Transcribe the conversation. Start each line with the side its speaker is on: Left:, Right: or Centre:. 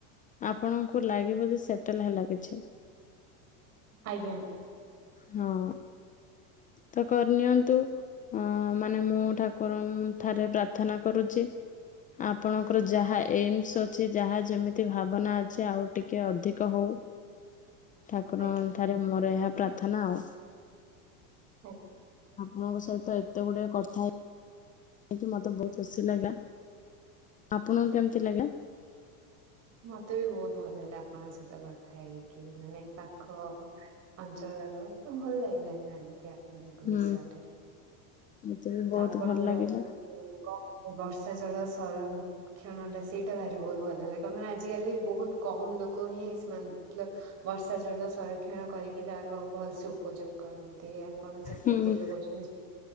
Left: ଆପଣଙ୍କୁ ଲାଗିବ ଯେ ସେଟେଲ୍ ହେଲା କିଛି।
Right: ଆଜ୍ଞା।
Left: ହଁ ତ କରିନିଅନ୍ତୁ ଅ ମାନେ ମୁଁ ଠାକୁରଙ୍କ ଠାରେ ପ୍ରାର୍ଥନା କରୁଚି ଆପଣଙ୍କର ଯାହା ଏମ୍ସ୍ ଅଛି ଯାହା ଯେମିତି ଭାବନା ଅଛି ଆଉ ଟିକେ ଅଧିକ ହଉ। ଠାକୁରଙ୍କ
Right: ଆଜ୍ଞା।
Left: ଠାରେ ମୋର ଏହା ପ୍ରାର୍ଥନା ଆଉ।
Right: ହଉଁ।
Left: ମୋ ସହିତ ଏତେ ଗୁଡେ କଥା ହେଇ କି ମତେ ବହୁତ ଖୁସି ଲାଗିଲ। ଆପଣଙ୍କୁ କେମତି ଲାଗିଲା?
Right: ମତେ ବି ବହୁତ ଭଲ ଲାଗିଲା ଆପଣଙ୍କ ସହିତ କଥା ହେଇକି ମାନେ ପାଖ ଅଞ୍ଚଳର ତ ଭଲ ଲାଗିଲା ଜାଣିିକି ଆପଣଙ୍କ
Left: ହୁଁ
Right: ବିଷୟରେ।
Left: ମତେ ବି ବହୁତ
Right: ତ ଆପଣଙ୍କର
Left: ଭଲ ଲାଗିଲା।
Right: ଙ୍କ ନବର୍ଷା ଜଳ ସଂରକ୍ଷଣ ଟା ସେଇଟା ଭାରି ବହୁତ ଭଲ ଲାଗେ। ମାନେ ଆଜିକାଲି ବହୁତ କମ୍ ଲୋକ ହିଁ ମ <unintelligible> ବର୍ଷା ଜଳ ସଂରକ୍ଷଣ କରିକି କିଏ ତାର ଭଲସେ ଉପଯୋଗ କରନ୍ତି ଆପଣ ସେମିତି
Left: ହୁଁ।
Right: ଉପଯୋଗ କରଚନ୍ତି ସେ